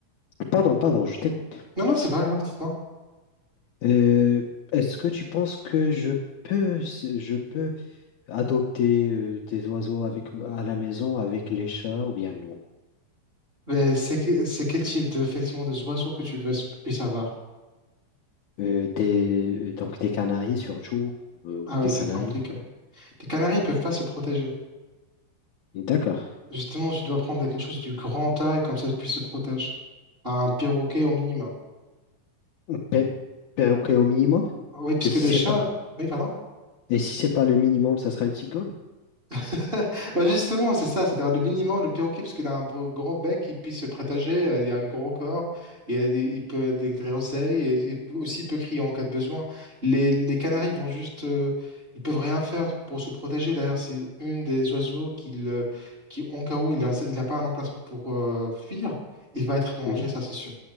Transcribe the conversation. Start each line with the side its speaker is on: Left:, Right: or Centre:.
Left: pardon, pardon, je t'écoute.
Right: Non, non, c'est pas grave, dites-moi.
Left: Euh, est-ce que tu penses que je peux, je peux adopter euh, des oiseaux avec, à la maison avec les chats ou bien non?
Right: Mais c'est que- c'est quel type de, effectivement, de oiseaux que tu veux puisses avoir?
Left: Euh, des, euh, donc des canaris surtout, euh,
Right: Ah
Left: des
Right: oui, c'est
Left: canaris.
Right: compliqué. Les canaris, ils peuvent pas se protéger.
Left: D'accord.
Right: Justement, tu dois prendre quelque chose du grand taille, comme ça, ils puissent se protéger. Un perroquet au minimum.
Left: Pe- Perroquet au minimum?
Right: Oui, puisque
Left: Et si
Right: les chats.
Left: c'est pas,
Right: Oui, pardon.
Left: et si c'est pas le minimum, ça sera une cigogne?
Right: <laughs> Bah, Justement, c'est ça, c'est-à-dire le minimum, le perroquet, parce qu'il a un br- grand bec, il puisse se prétager, euh, il a un gros corps, Il a des, il peut être des griseilles, et il peut- aussi il peut crier en cas de besoin. Les, les canaris vont juste, euh, ils peuvent rien faire pour se protéger. D'ailleurs, c'est une des oiseaux qui, le- qui en cas où il n'a il a pas un emplacement pour euh, fuir, il va être mangé,
Left: Oui,
Right: ça c'est sûr.